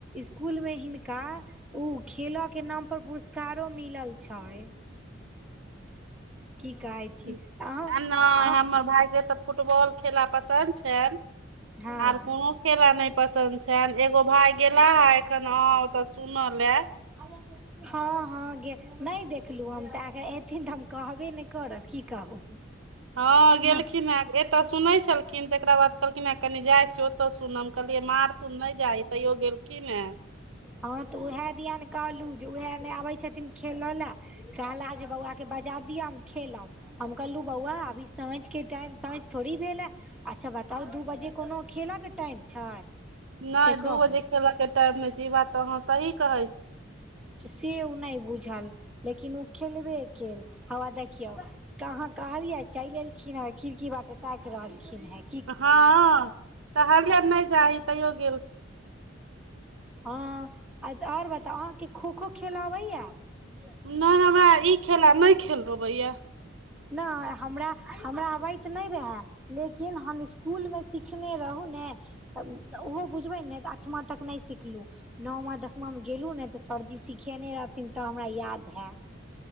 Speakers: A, in the centre; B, on the right.
A: स्कूल मे हिनका उ खेलके नाम पर पुरस्कारो मिलल छै। <inaudible> की कहै छी
B: ऊं
A: तऽ
B: ए नै
A: अहाँ
B: हमर भाय के तऽ फुटबॉल खे खेला पसन्द छैन
A: अह हँ
B: आर कोनो खेला नहि पसन्द छनि, एगो भाय गेला है एखन हन ओतऽ सुनऽ लै
A: <unintelligible> हँ हँ गे नहि देखलु हम तऽ अगर एथिन तऽ हम कहबे नहि करब की कहू
B: हँ गेलखिन
A: नहि
B: हैं एतऽ सुनै छलखिन तेकरा बाद कहलखिन है कनि जाइ छी ओतऽ सुनम कहलियै मारथुन नहि जाहि तैयो गेलखिन हें
A: हँ तऽ ऊहे दिया न कहलु जे ऊहै ने आबै छथिन खेलऽ लए कहला जे बौआ के बजा दिय हम खेलब। हम कहलु बौआ अभी साँझ के टाइम साँझ थोड़ी भेल ए अच्छा बताउ दू बजे कोनो खेल के टाइम छै
B: नहि
A: से कहू
B: दू बजे खेलऽ के टाइम नहि छै ई बात तऽ अहाँ सही कहै छी।
A: से ऊ नहि बुझल लेकिन ऊ खेलबे केल हौआ देखियौ कहाँ कहलियै चलि एलखिन हैं ओइ खिड़की बाटे ताकि रहलखिन हैं।
B: हँ कहलियनि नहि जाही तैयो गेल
A: हँ आय त और बताउ अहाँके खो खो खेल अबैया? जे सच
B: नहि हमरा
A: बजै
B: ई खेला
A: छियै हमर
B: नहि
A: दीदीयो
B: खेल
A: सच
B: अबैया
A: बजैय छै। नहि हमरा हमरा अबैत नहि रहै। लेकिन हम स्कूल मे सिखने रहु ने तऽ ऊहो बुझबै ने तऽ अठमा तक नहि सिख सिखलहुँ नौमा दसमा मे गेलहुँ ने तऽ सरजी सिखेने रहथिन तऽ हमरा याद हे। <inaudible>